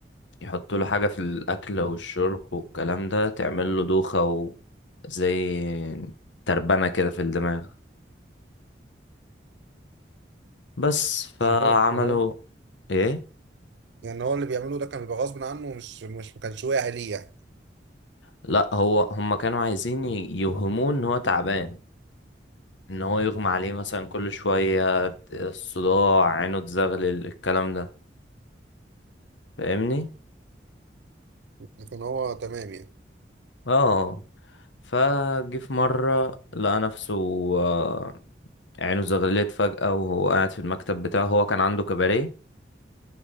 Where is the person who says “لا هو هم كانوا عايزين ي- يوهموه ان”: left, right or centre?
Left